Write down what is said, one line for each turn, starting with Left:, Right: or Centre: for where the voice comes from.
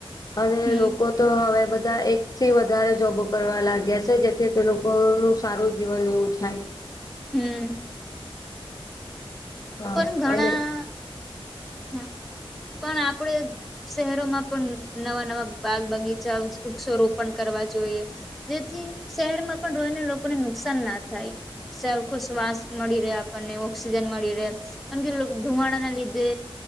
Left: અને
Centre: હમ
Left: લોકો તો હવે બધા એક થી વધારે જોબો કરવા લાગ્યા છે જેથી તે લોકોનું સારું જીવન એવું થાય.
Centre: હમ્મ.
Left: હા
Centre: પણ ઘણા
Left: અને
Centre: પણ આપડે શહેરોમાં પણ નવા નવા બાગ બગીચા વૃક્ષો રોપણ કરવા જોઈએ. જેથી શહેરમાં પણ રોઈને લોકોને નુકસાન ના થાય સરખો શ્વાસ મળી રહ્યા આપણને ઓક્સિજન મળી રહે કેમ કે લોકો ધુવાડા ના લીધે